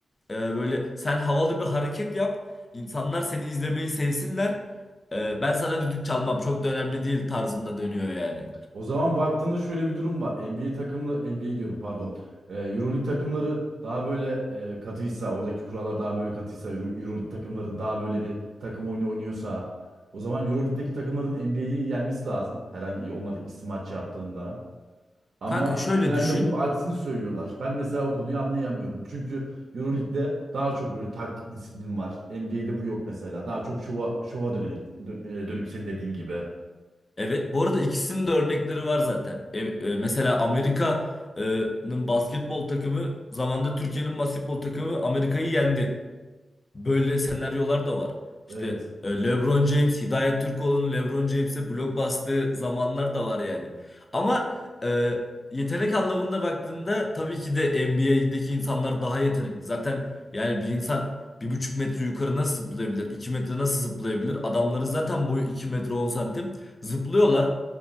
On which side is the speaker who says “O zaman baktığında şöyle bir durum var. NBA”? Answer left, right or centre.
Right